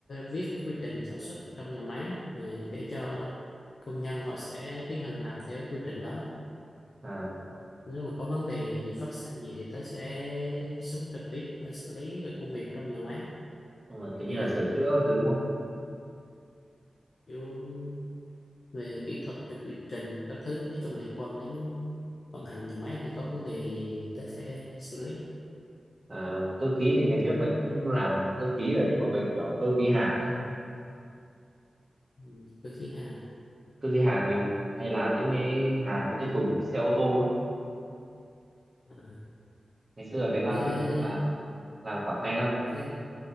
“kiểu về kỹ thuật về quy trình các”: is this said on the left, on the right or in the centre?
Left